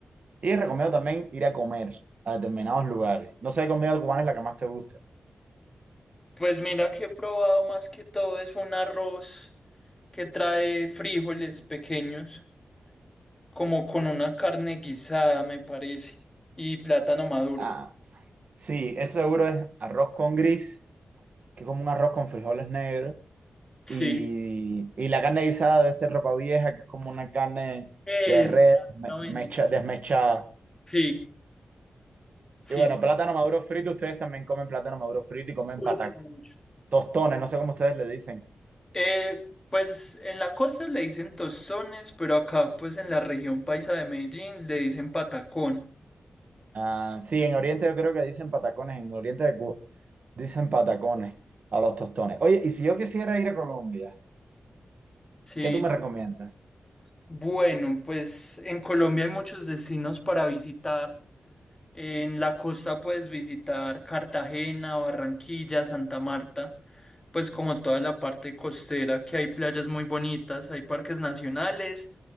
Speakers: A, on the right (about 50°); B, on the left (about 15°).
A: Y recomiendo también ir a comer a determinados lugares. No sé qué comida cubana es la que más te gusta.
B: Pues mira que he probado más que todo es un arroz que trae frijoles pequeños, como con una carne guisada, me parece, y plátano maduro.
A: Ah, sí, eso seguro es arroz con gris, que es como un arroz con frijoles negros.
B: Sí.
A: Y, y la carne guisada debe ser ropa vieja, que es como una carne
B: Exactamente.
A: de red me- mecha- desmechada.
B: Sí, sí,
A: Y bueno,
B: sí.
A: plátano maduro frito, ustedes también comen plátano maduro frito y comen
B: uy,
A: patacones,
B: sí, mucho.
A: tostones, no sé cómo ustedes le dicen.
B: Eh, pues en la costa le dicen tostones, pero acá, pues en la región paisa de Medellín le dicen patacón.
A: Ah, sí, en Oriente yo creo que dicen patacones, en Oriente de Cuba dicen patacones a los tostones. Oye, y si yo quisiera ir a Colombia,
B: Sí.
A: ¿Qué tú me recomiendas?
B: Bueno, pues en Colombia hay muchos destinos para visitar. En la costa puedes visitar Cartagena, Barranquilla, Santa Marta. Pues como toda la parte costera, que hay playas muy bonitas, hay parques nacionales